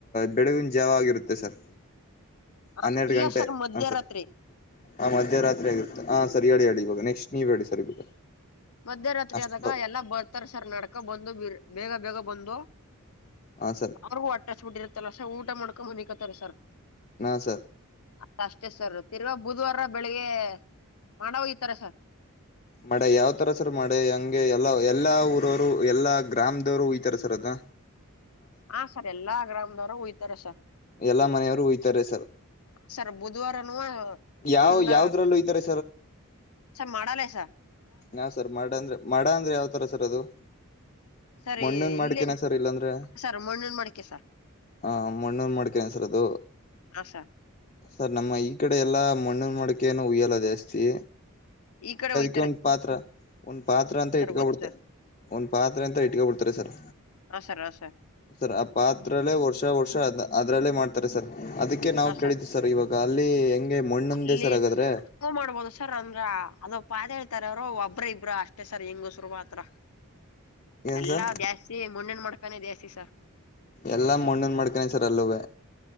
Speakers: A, on the left; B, on the left.
A: ಬೆಳುಗಿನ್ ಜಾವ ಆಗಿರುತ್ತೆ ಸರ್.
B: ಹ
A: ಹನ್ನೆರ್ಡ್
B: ಇಲ್ಲ
A: ಗಂಟೆ
B: ಸರ್ ಮಧ್ಯರಾತ್ರಿ
A: ಹಾಂ ಸರ್ ಹಾ ಮಧ್ಯರಾತ್ರಿ ಆಗಿರುತ್ತೆ ಹಾ ಸರ್ ಹೇಳಿ ಹೇಳಿ ಇವಾಗ ನೆಕ್ಸ್ಟ್ ನೀವು ಹೇಳಿ ಸರ್ ಇವಾಗ.
B: ಮಧ್ಯರಾತ್ರಿ
A: ಅಷ್ಟು
B: ಆದಾಗ
A: ಬ
B: ಎಲ್ಲಾ ಬರ್ತಾರ ಸರ್ ನಡಕ ಬಂದು ಬಿರ್ ಬೇಗ ಬೇಗ ಬಂದು.
A: ಹಾ ಸರ್
B: ಅವ್ರಗೂ ಹೊಟ್ಟೆ ಹಸ್ದ್ಬುಟ್ಟಿರುತ್ತಲ್ಲ ಸರ್ ಊಟ್ ಊಟ್ ಮಾಡ್ಕೊಂಡ್ ಮನಿಕತ್ತರೆ ಸರ್.
A: ಹಾ ಸರ್
B: ಅದ್ ಅಷ್ಟೇ ಸರ್ ತಿರ್ಗ ಬುಧವಾರ ಬೆಳಿಗ್ಗೆ ಮಾಡ್ಹೋಗಿತರೆ ಸರ್.
A: ಮಡೆ ಯಾವ್ತರ ಸರ್ ಮಡೆ ಹಂಗೆ ಎಲ್ಲ ಎಲ್ಲಾ ಊರೊರು ಎಲ್ಲಾ ಗ್ರಾಮದವ್ರು ಈತರ ಸರ್ ಅದ್ನ.
B: ಹಾ ಸರ್ ಎಲ್ಲಾ ಗ್ರಾಮದವ್ರು ಉಯ್ತಾರೆ ಸರ್.
A: ಎಲ್ಲಾ ಮನೆಯವರು ಒಯ್ತಾರೆ ಸರ್
B: ಹ ಸರ್ ಬುದ್ವಾರನು
A: ಯಾವ
B: ಗಂಡ
A: ಯಾವ್ದ್ರಲ್ಲೂ ಒಯ್ತಾರೆ
B: ಸರ್ ಮಾಡಲ್ಲ ಸ.
A: ಯಾವ್ ಸರ್ ಮಾಡ ಅಂದ್ರೆ ಮಾಡ ಅಂದ್ರೆ ಯಾವ್ತರ ಸರ್ ಅದು
B: ಸರಿ
A: ಮಣ್ಣೂನ್
B: ಇಲ್ಲೇ
A: ಮಾಡ್ಕೇನೆ ಸರ್ ಇಲ್ಲಾಂದ್ರೆ
B: ಸರ್ ಮಣ್ಣಿನ ಮಡಿಕೆ ಸರ್
A: ಹ ಮಣ್ಣೂನ್ ಮಡ್ಕೇನೆ ಸರ್ ಅದು.
B: ಹಾ ಸರ್
A: ಸರ್ ನಮ್ಮ ಈ ಕಡೆ ಎಲ್ಲಾ ಮಣ್ಣುನ್ ಮಡ್ಕೆನು ಉಯ್ಯಲ್ಲ ಜಾಸ್ತಿ.
B: ಈ ಕಡೆ ಉಯ್
A: ಕೆ ಒಂದ್ ಪಾತ್ರ ಒಂದ್ ಪಾತ್ರ ಅಂತ ಇಟ್ಕಾಬಿಡ್ತ
B: ಗೊತ್ತು ಸರ್
A: ಒಂದ್ ಪಾತ್ರೆ ಅಂತ ಇಟ್ಕಬಿಡ್ತಾರೆ ಸರ್
B: ಹಾ ಸರ್ ಹಾ ಸರ್
A: ಸರ್ ಆ ಪಾತ್ರಲ್ಲೇ ವರ್ಷ ವರ್ಷ ಅದ್ನ. ಅದ್ರಲ್ಲೇ ಮಾಡ್ತಾರೆ ಸರ್. ಅದಕ್ಕೆ ನಾವು
B: ಹ
A: ಕೇಳಿದ್ವಿ
B: ಸರ್
A: ಇವಾಗ ಅಲ್ಲಿ ಹೆಂಗೆ ಮಣ್ಣೊಂದೇ
B: ಅಲ್ಲಿ
A: ಸರ್ ಹಾಗಾದ್ರೆ
B: ಮಾಡ್ಬೋದು ಸರ್ ಅಂದ್ರ ಅದು ಪಾದ ಹೇಳಿದ್ ಇತಾರ್ ಒಬ್ರ ಇಬ್ರ ಅಷ್ಟೇ ಸರ್ ಹೆಂಗುಸ್ರು ಮಾತ್ರ.
A: ಏನ್
B: ಎಲ್ಲಾ
A: ಸರ್
B: ಜಾಸ್ತಿ ಮಣ್ಣುನ್ ಮಡ್ ತಳಕೆನೆ ಜಾಸ್ತಿ ಸರ್.
A: ಎಲ್ಲಾ ಮಣ್ಣನ್ ಮಾಡ್ಕನೆ ಸರ್ ಅಲ್ಲುವೇ.